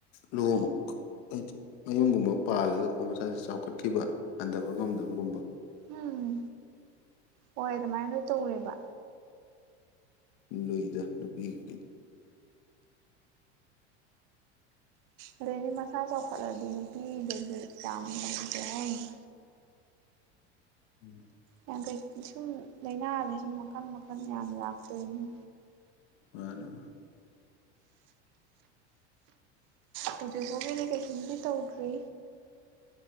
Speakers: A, on the left; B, on the right.
A: ꯂꯨꯍꯣꯡ ꯍꯥꯏꯗꯤ ꯃꯌꯨꯝꯒꯨꯝꯕ ꯄꯥꯜꯂꯒꯀꯣ ꯃꯁꯥꯁꯤ ꯆꯥꯎꯈꯠꯈꯤꯕ ꯍꯟꯊꯕ ꯉꯝꯗꯕꯒꯨꯝꯕ
B: ꯎꯝ ꯍꯣꯏ ꯑꯗꯨꯃꯥꯏꯅ ꯂꯣꯏ ꯇꯧꯋꯦꯕ
A: ꯂꯨꯏꯗ ꯅꯨꯄꯤ ꯑꯒꯤꯗꯤ
B: ꯑꯗꯨꯗꯩꯗꯤ ꯃꯁꯥ ꯆꯥꯎꯈꯠꯂꯗꯤ ꯅꯨꯄꯤꯗꯗꯤ ꯌꯥꯝ ꯉꯝꯅ ꯀꯩ ꯍꯥꯏꯅꯤ
A: ꯎꯝ
B: ꯌꯥꯡꯀꯩ ꯁꯨꯝ ꯂꯥꯏꯅꯥꯁꯦ ꯁꯨꯝ ꯃꯈꯟ ꯃꯈꯟ ꯌꯥꯝ ꯂꯥꯛꯇꯣꯏꯅꯦ
A: <unintelligible>
B: ꯍꯧꯖꯤꯛ ꯐꯥꯎꯒꯤꯗꯤ ꯀꯩꯁꯨꯝꯗꯤ ꯇꯧꯗ꯭ꯔꯤ